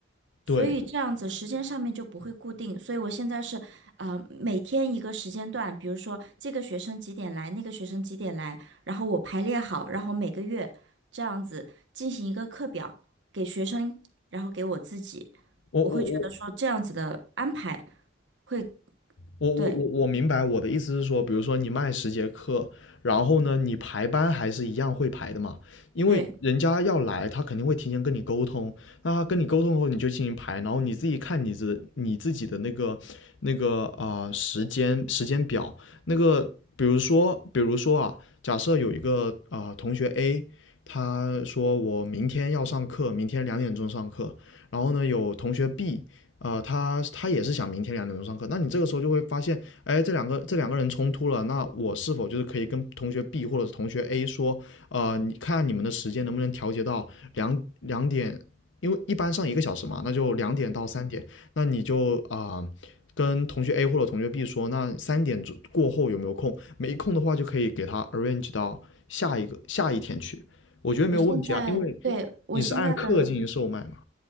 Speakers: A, on the left; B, on the right.
A: 对，
B: 所以这样子时间上面就不会固定，所以我现在是，呃，每天一个时间段，比如说这个学生几点来，那个学生几点来，然后我排列好，然后每个月这样子进行一个课表给学生，然后给我自己，
A: 我我我
B: 我会觉得说这样子的安排会，
A: 我我我我明白我的意思是说，
B: 对
A: 比如说你卖十节课，然后呢，你排班还是一样会排的嘛，因为人家要来，
B: 对，
A: 他肯定会提前跟你沟通，那他跟你沟通后你就进行排，然后你自己看你自你自己的那个那个啊、呃时间时间表，那个比如说比如说啊，假设有一个啊、呃同学 A，他说我明天要上课，明天两点钟上课，然后呢有同学 B。呃，他他也是想明天两点钟上课，那你这个时候就会发现，哎，这两个这两个人冲突了，那我是否就是可以跟同学 B 或者是同学 A 说，呃，你看你们的时间能不能调节到两两点，因为一般上一个小时嘛，那就两点到三点，那你就啊、呃跟同学 A 或者同学 B 说，那三点之过后有没有空？没空的话就可以给他 arrange 到下一个下一天去，我觉得没有问题啊，
B: 我现在对我现在的。
A: 因为你是按课进行售卖嘛。